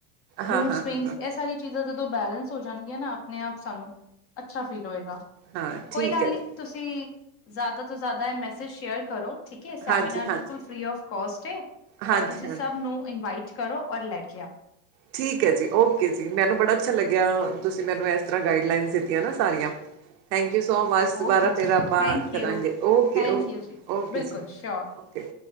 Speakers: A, on the right; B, on the left.
A: ਹਾਂ
B: ਮੂਡ
A: ਹਾਂ
B: ਸਵਿੰਗ
A: ਜੀ
B: ਇਹ ਸਾਰੀ ਚੀਜ਼ਾਂ ਜਦੋਂ ਬੈਲੈਂਸ ਹੋ ਜਾਣਗੀਆਂ ਨਾ, ਆਪਣੇ ਆਪ ਸਾਨੂੰ ਅੱਛਾ ਫੀਲ ਹੋਏਗਾ,
A: ਹਾਂ
B: ਕੋਈ ਗੱਲ
A: ਜੀ
B: ਨਹੀਂ ਤੁਸੀਂ, ਜ਼ਿਆਦਾ ਤੋਂ ਜ਼ਿਆਦਾ ਇਹ ਮੈਸੇਜ ਸ਼ੇਅਰ ਕਰੋ ਠੀਕ ਐ, ਸੈਮੀਨਾਰ
A: ਹਾਂ ਜੀ
B: ਬਿਲਕੁਲ
A: ਹਾਂ ਠੀਕ ਹੈ ਜੀ ਹਾਂਜੀ ਹਾਂਜੀ
B: ਫ੍ਰੀ ਆਫ ਕੋਸਟ ਐ,
A: ਹਾਂਜੀ
B: ਔਰ ਤੁਸੀਂ
A: ਹਾਂਜੀ
B: ਸਭ ਨੂੰ ਇਨਵਾਈਟ ਕਰੋ, ਔਰ ਲੈ ਕੇ ਆਓ
A: ਠੀਕ ਐ ਜੀ, ਓਕੇ ਜੀ, ਮੈਨੂੰ ਬੜਾ ਅੱਛਾ ਲੱਗਿਆ, ਤੁਸੀਂ ਮੈਨੂੰ ਇਸ ਤਰ੍ਹਾਂ ਗਾਈਡਲਾਈਨਸ ਦਿੱਤੀਆਂ ਨਾ ਸਾਰੀਆਂ <inaudible> ਥੈਂਕ ਯੂ ਸੋ ਮਚ,
B: ਆਓ
A: ਦੁਬਾਰਾ
B: ਓਕੇ ਜੀ
A: ਫਿਰ ਆਪਾਂ
B: ਥੈਂਕ
A: ਕਰਾਂਗੇ
B: ਯੂ।
A: ਓਕੇ,
B: ਥੈਂਕ
A: ਓਕੇ,
B: ਯੂ ਜੀ
A: ਓਕੇ
B: ਬਿਲਕੁਲ
A: ਜੀ ਓਕੇ
B: ਸ਼ੋਰ
A: ਓਕੇ